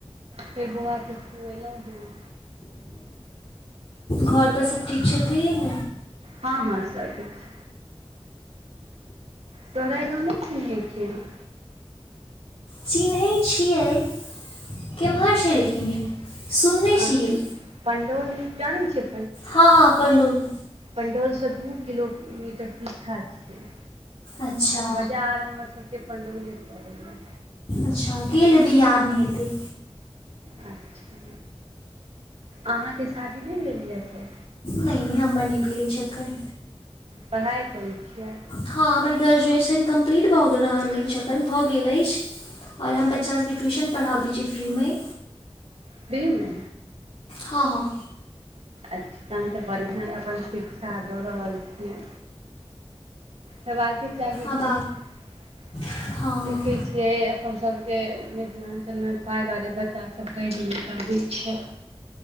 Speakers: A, on the right; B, on the left.
A: फेर बौआ के खुएलौहें।
B: घर पर सब ठीक छथिन?
A: हँ हँ सब ठीक छैय। सोहराय गाँव नेैय चिन्हैय छियै अहां?
B: चिन्है छियै, केम्हर छैय लेकिन इ? सुनने
A: अहाँ
B: छियै,
A: पण्डौल जानै छियै
B: हँ हँ पण्डौल
A: पण्डौल सँ दू किलो-मीटर पीछा छियै।
B: अच्छा
A: बजार हमर सबके पण्डौले पड़ैयैऽ।
B: अच्छा गेल हेबै, याद नैय हेतै।
A: अच्छा, अहाँके शादी नैय भेल यैऽ से?
B: नैइ- नैइ हमर नैय भेल अइछ एख्खन।
A: पढ़ाय करै छियै?
B: हँ हमर ग्रेजुएशन कम्प्लीट भऽ गे-र रहल अइछ अखन भऽ गेल अइछ। और हम बच्चा सबके ट्यूशन पढ़ाबै छी फ्री मे।
A: फ्रीमे?
B: हँ -हँ-
A: अच्छा तहन तऽ बढ़ियां अपन शिक्षा दऽ रहल छियै। हेबाके चाही
B: आब
A: की <unintelligible>
B: हँ
A: देखै
B: हँ
A: छी। यै अपन सबके मिथिलांचल मे पाय द्वारे बच्चा सब पैढ़ नैय पाबै छैय।